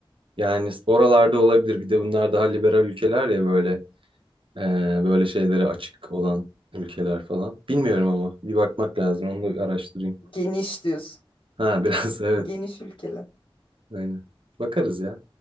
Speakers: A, on the right; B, on the left.
A: Yani oralarda olabilir. Bir de bunlar daha liberal ülkeler ya böyle e, böyle şeylere açık olan ülkeler falan. Bilmiyorum ama bir bakmak lazım. Onu da araştırayım.
B: Geniş diyorsun.
A: Ha <laughs> biraz evet.
B: Geniş ülkeler.
A: Aynen. Bakarız ya.